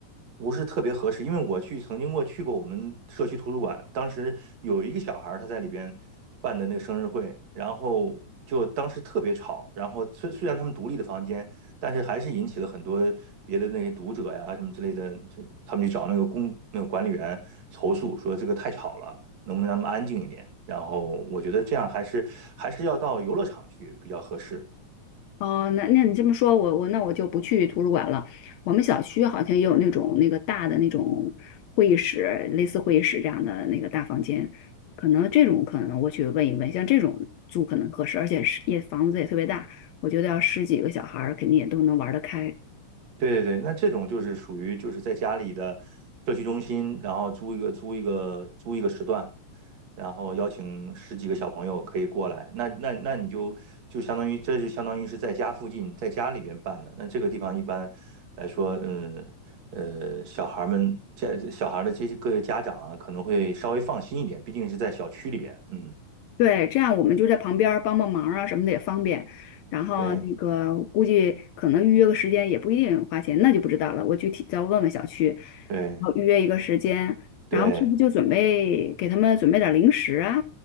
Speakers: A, on the right; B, on the left.
A: 不是特别合适，因为我去曾经过去过我们社区图书馆，当时有一个小孩儿他在里边办的那个生日会，然后就当时特别吵，然后虽虽然他们独立的房间，但是还是引起了很多别的那些读者呀什么之类的，就他们去找那个公那个管理员投诉说这个太吵了。能不能让他们安静一点？然后我觉得这样还是还是要到游乐场去比较合适。
B: 哦，那那你这么说，我我那我就不去图书馆了。我们小区好像也有那种那个大的那种会议室，类似会议室这样的那个大房间，可能这种可能我去问一问，像这种租可能合适，而且是也房子也特别大，我觉得要十几个小孩儿肯定也都能玩得开。
A: 对对对，那这种就是属于就是在家里的社区中心，然后租一个租一个租一个时段，然后邀请十几个小朋友可以过来。那那那你就就相当于这就相当于是在家附近，在家里边办的。那这个地方一般来说，嗯呃，小孩们家小孩的这些各位家长啊，可能会稍微放心一点，毕竟是在小区里边。嗯，
B: 对，这样我们就在旁边儿帮帮忙啊什么的也方便。然后那个估计可能预约个时间也不一定花钱，
A: 对
B: 那就不知道了。我具体再问问小区，然
A: 对。
B: 后预约一个时间，
A: 对，
B: 然后是不是就准备给他们准备点儿零食啊？